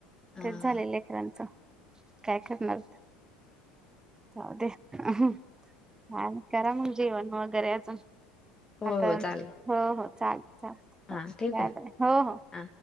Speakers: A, on the left; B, on the right.
A: हा
B: तेच झाललेय त्याचं, काय करणार, जाऊदे ह्हणं. हा, करा मग जेवण, वगैरे आजू
A: होय
B: आता हो
A: चालेल
B: हो, चालतय-चालतय,
A: हा ठेवू
B: झालं
A: का
B: हो हो
A: हा.